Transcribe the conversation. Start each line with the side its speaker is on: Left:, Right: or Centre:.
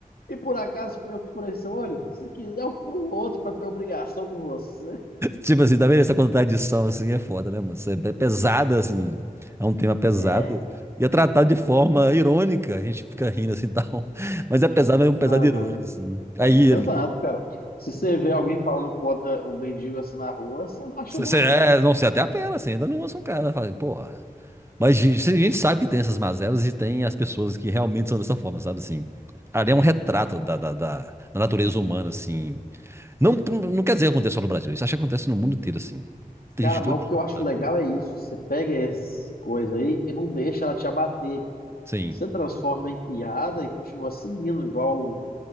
Left: E por acaso foi eu que furei seu olho? Se quiser, eu furo o outro pra ter obrigação com você.
Right: Tipo assim, tá vendo essa contradição assim é foda, né, moço? É é pesada, assim, é um tema pesado.
Left: É,
Right: E é tratado de forma irônica, a gente fica rindo assim <laughs> e tal. Mas é
Left: cara.
Right: pesado, mas é um pesado
Left: Aham.
Right: irônico, assim. Aí
Left: É pesado,
Right: ele.
Left: cara. Se você vê alguém falando com outra, um mendigo assim na rua, você não acha
Right: cê-
Left: bom,
Right: cê- é,
Left: não.
Right: não sei, até apela, assim, ainda não lança um cara, fala, porra. Mas gi- a gente sabe que tem essas mazelas e tem as pessoas que realmente são dessa forma, sabe assim? Ali é um retrato da, da, da, da natureza humana, assim. Não, não quer dizer que acontece só no Brasil, isso acho que acontece no mundo inteiro, assim. Tem
Left: Cara,
Right: gente de
Left: mas
Right: todo
Left: o
Right: tipo,
Left: que eu acho
Right: sabe?
Left: legal é isso. Você pega essa coisa aí e não deixa ela te abater.
Right: Sim.
Left: Você transforma em piada e continua seguindo, igual. um,